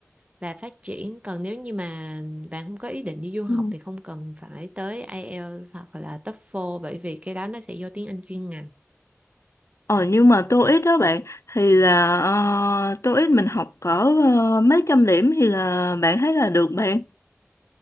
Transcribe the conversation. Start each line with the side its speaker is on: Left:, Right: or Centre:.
Right: và phát triển. Còn nếu như mà bạn không có ý định đi du học
Left: Ừ.
Right: thì không cần phải tới IELTS hoặc là TOEFL bởi vì cái đó nó sẽ vô tiếng Anh chuyên ngành.
Left: Ờ nhưng mà TOEIC đó bạn thì là ờ, TOEIC mình học cỡ ờ, mấy trăm điểm thì là bạn thấy là được bạn.